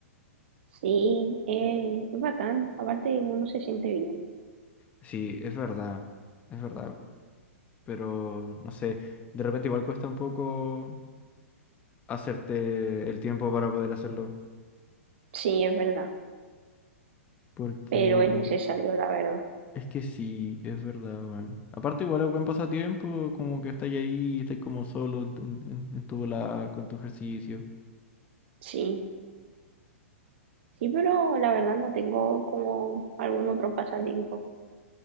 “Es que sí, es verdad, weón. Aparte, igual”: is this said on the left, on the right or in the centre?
Left